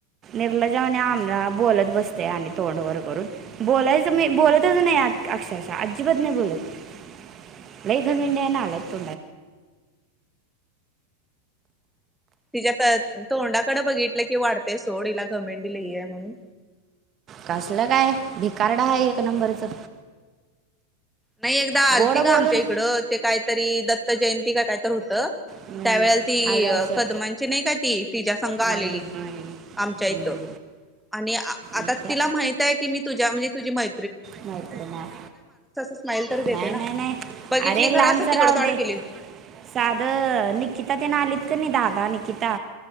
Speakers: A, on the right; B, in the centre.
A: निर्लज्यावानी आमन बोलत बसत्या आणि तोंडवर करून बोलायच मी बोलतच नाइ आ अक्षरशः अज्जिबात नाय बोलत लई घमेंडि हाय नालायक <inaudible>
B: तिज्या तर तोंडाकड बघितलं की वाडतय सोड हिला घमेंडी लइ हाय म्हणून.
A: कसल काय भिखार्ड हाय एक नंबरचं.
B: नइ एकदा
A: गोड
B: आलतीग
A: बोलून
B: आमच्या इकडं ते काहीतरी दत् त जयंती का काय तर हुत त्या
A: हम्म,
B: वेळेला तीअ
A: आलं असं
B: कदमांची नाही का ती तिज्या संग आलेली.
A: मै हम्म,
B: आमच्या
A: हम्म,
B: इत आणि आ आता
A: मित्र
B: तिला माहिताय की मी तुझ्या म्हंजे तुझी मै
A: न्हाय तर नाय
B: स्माईल तर देते
A: नाय
B: ना.
A: नाय नाय
B: बघितली
A: अरे
B: खरं
A: लांबच
B: असं तिकडं
A: राहुदे.
B: तोंड केली
A: साधं निकिता तेन आलीत किनइ दादा नि किता